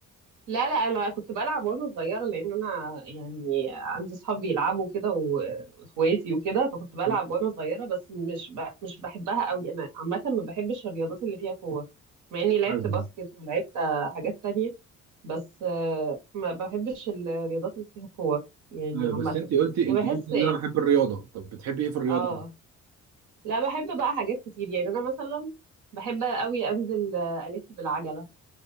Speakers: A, on the right; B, on the right.
A: لا لا انا كنت بلعب وانا صغيره لان انا يعني عندي اصحاب بيلعبوا كده و- واخواتي وكده فكنت بلعب
B: مم.
A: وانا صغيره بس مش ب... مش بحبها قوي انا عامه ما بحبش الرياضات اللي فيها كور مع اني لعبت
B: ايوه
A: باسكت ولعبت آه، حاجات تانية بس آه، ما بحبش الرياضات اللي فيها كور يعني
B: ايوه
A: عامه
B: بس انت قلتي
A: يعني
B: انت
A: بحس
B: قلتي ان انا بحب الرياضه طب بتحبي ايه في الرياضه
A: اه لا بحب بقى حاجات كتير يعني انا مثلا بحب قوي انزل آه، الف بالعجله